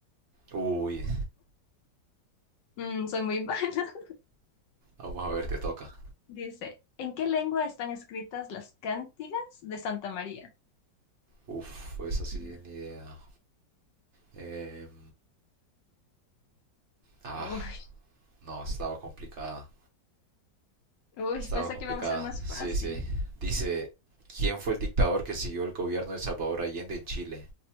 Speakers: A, on the right (about 50°); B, on the left (about 75°).
A: Uy,
B: Mm, soy muy mala. <laughs>
A: vamos a ver, te toca.
B: Dice, ¿en qué lengua están escritas las cántigas de Santa María?
A: Uf, esa sí,
B: Diga.
A: ni idea. Em, ah,
B: Uy,
A: no, estaba complicada.
B: uy,
A: Estaba
B: pensé
A: complicada.
B: que iba a ser más
A: Sí,
B: fácil.
A: sí. Dice, ¿quién fue el dictador que siguió el gobierno de Salvador Allende en Chile?